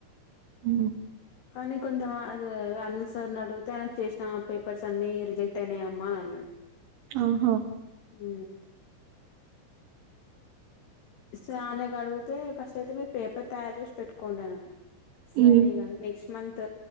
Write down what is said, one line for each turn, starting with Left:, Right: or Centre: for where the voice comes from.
Right: ఊ
Left: కానీ కొంచెం అది అనిల్ సార్ అని అడిగితే ఆయనకు చేసిన పేపర్స్ అన్ని రిజెక్ట్ అయినాయ అమ్మా అని అన్నాడు
Right: ఓహో
Left: ఊ స ఆనేకి అడుగితే ఫస్ట్ అయితే మీరు పేపర్ తయారు చేసి పెట్టుకొండి అని అన్న సరే
Right: హ్మ్.
Left: ఇగ అన్ నెక్స్ట్ మంత్